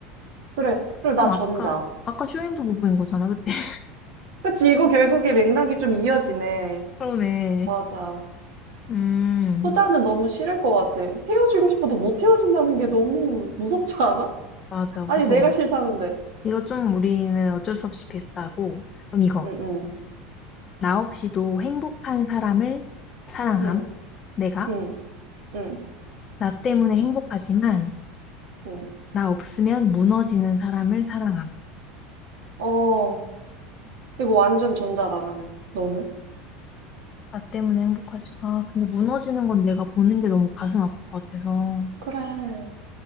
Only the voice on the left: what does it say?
그럼
아까, 아까 쇼윈도 못 본 거잖아, 그치? <laughs>
그러네.
음,
맞아, 무서워.
이거 좀 우리는 어쩔 수 없이 비슷하고, 그럼 이거.
나 없이도 행복한 사람을 사랑함.
내가
나 때문에 행복하지만,
나 없으면 무너지는 사람을 사랑함.
나 때문에 행복하지. 아, 근데 무너지는 건 내가 보는 게 너무 가슴 아플 것 같아서.